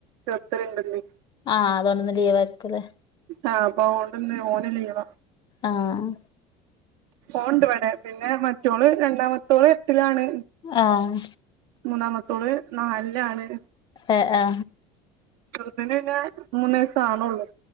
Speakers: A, on the right (about 80°); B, on the left (about 30°).
A: ചേർത്തല്ണ്ട്ന്ന്
B: ആഹ് അതൊണ്ട്ന്ന് ലീവാരിക്കുല്ലേ
A: ആ അപ്പൊ അഓണ്ട്ന്ന് ഓന് ലീവാ
B: ആഹ്
A: ഓണ്ട് വടെ പിന്നെ മറ്റോള് രണ്ടാമത്തോള് എട്ട്ലാണ്
B: ആഹ്
A: മൂന്നാമത്തോള് നാൽലാണ്
B: ഏ ആ
A: ചെർത് ന് ന്നെ മൂന്ന് വയസ്സാണെള്ളൂ